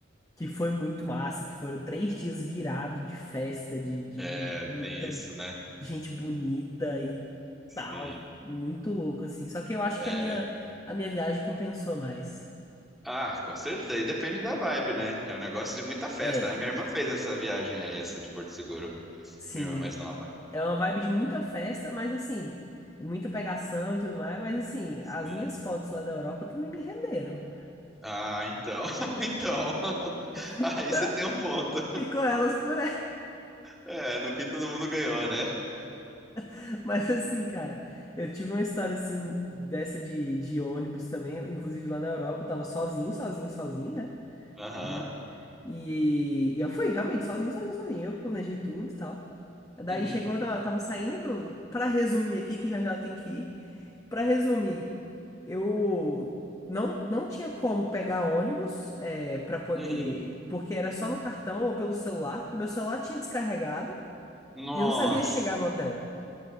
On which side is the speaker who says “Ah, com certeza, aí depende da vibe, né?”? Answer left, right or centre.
Centre